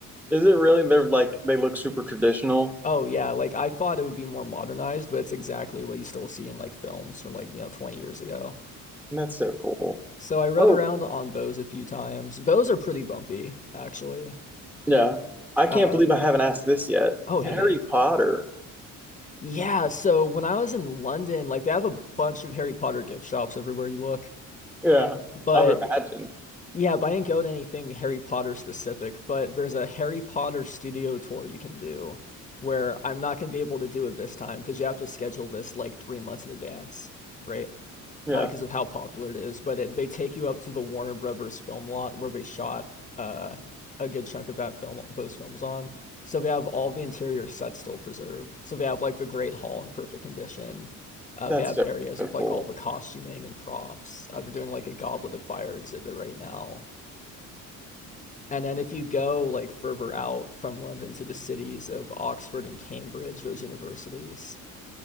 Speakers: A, in the centre; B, on the left.
A: Is it really? They're like they look super traditional,
B: Oh yeah, like I thought it would be more modernized, but it's exactly what you still see in like films from like, you know, 20 years ago.
A: and that's so cool.
B: So I rode
A: Oh,
B: around on Vos a few times. Vos are pretty bumpy, actually.
A: yeah. I can't
B: Uh,
A: believe I haven't asked this yet.
B: oh, hit
A: Harry
B: me.
A: Potter.
B: Yeah, so when I was in London, like they have a bunch of Harry Potter gift shops everywhere you look.
A: Yeah,
B: But
A: I would imagine.
B: yeah, but I didn't go to anything Harry Potter specific, but there's a Harry Potter studio tour you can do where I'm not gonna be able to do it this time because you have to schedule this like three months in advance, right?
A: Yeah,
B: because uh, of how popular it is. But it, they take you up to the Warner Brothers film lot where they shot uh, a good chunk of that film, those films on. So they have all the interior sets still preserved. So they have like the Great Hall in perfect condition. Uh,
A: that's
B: they have
A: so
B: areas with like
A: cool.
B: all the costuming and props. Uh, they're doing like a Goblet of Fire exhibit right now. And then if you go like further out from London to the cities of Oxford and Cambridge, those universities,